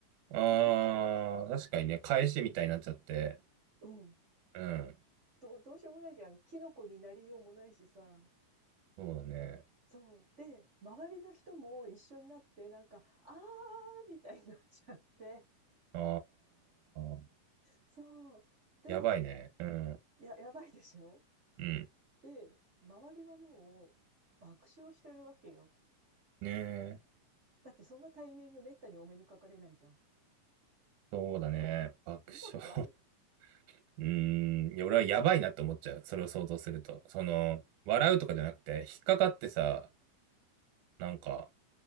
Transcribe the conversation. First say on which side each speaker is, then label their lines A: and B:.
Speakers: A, on the right; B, on the right.
A: ああ、
B: ダメじゃん。
A: 確かにね、返しみたいになっちゃって。
B: うん。
A: うん。
B: どう、どうしようもないじゃん。キノコになりようもないしさ。
A: そうだね。
B: そう。で、周りの人も一緒になって、なんか、あーみたいになっちゃって。
A: ああ。
B: そう。で、
A: やばいね。うん。
B: や、やばいでしょ
A: うん。
B: で、周りはもう爆笑してるわけよ。
A: ねえ。
B: だってそんなタイミングめったにお目にかかれないじゃん。
A: そうだね。爆笑。
B: 見たことある
A: <laughs> うーん。いや、俺はやばいなって思っちゃう。それを想像すると。その、笑うとかじゃなくて、引っかかってさ、なんか、